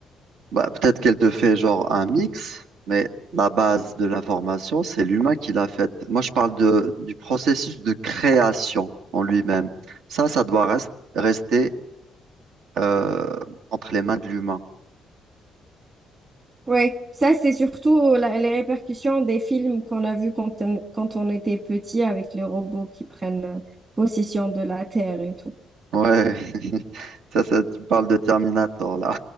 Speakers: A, on the right; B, on the right.
A: Bah, peut-être qu'elle te fait genre un mix, mais la base de l'information, c'est l'humain qui l'a faite. Moi, je parle de, du processus de création en lui-même. Ça, ça doit rest- rester euh, entre les mains de l'humain.
B: Oui, ça c'est surtout la- les répercussions des films qu'on a vus quand, on- quand on était petit avec les robots qui prennent euh, possession de la Terre et tout.
A: Ouais, <laughs> ça, ça, tu parles de Terminator là.